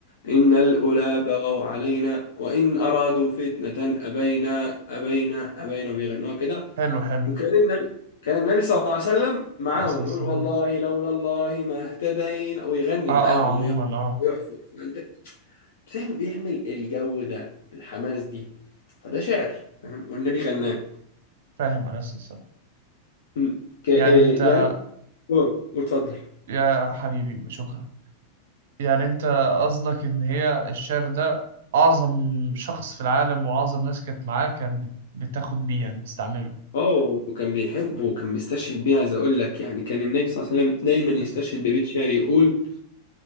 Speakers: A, on the left; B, on the right.
A: إن الأولى بغوا علينا وإن أرادوا فتنة أبينا أبينا أبينا وبيغنوها كده
B: حلو حلو
A: وكان النبي كان النبي صلى الله عليه وسلم معاهم
B: عليه الصلاة والسلام
A: يقول والله لولا الله ما اهتدينا ويغني
B: أه
A: معاهم
B: أه عموما
A: ويح-
B: أه
A: ويحفر فأنت بتعمل- بيعمل الجو ده الحماس دي فده شعر فاهم؟ والنبي غناه
B: فاهم عليه الصلاة والسلام
A: م. ك- آه،
B: يعني أنت
A: يعني اه واتفضل
B: يا حبيبي شكرا يعني انت قصدك ان هي الشعر ده اعظم شخص في العالم واعظم ناس كانت معاه كانت بت- بتاخد بيه يعني تستعمله
A: اه وكان بيحبه وكان بيستشهد بيه عايز اقول لك يعني كان النبي صلى الله عليه وسلم دايما
B: بس
A: يستشهد
B: السلام
A: ببيت شعر يقول